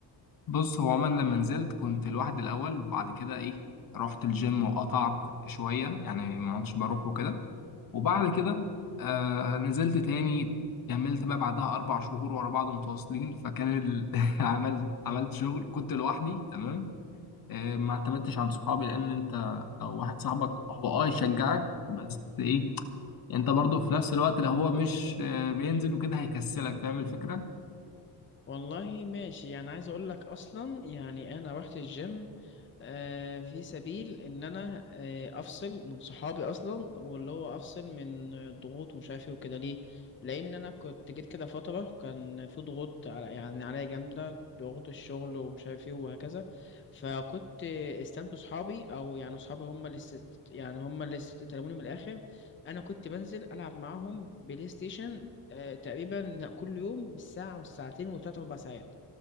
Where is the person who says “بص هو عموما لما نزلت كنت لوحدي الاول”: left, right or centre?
Left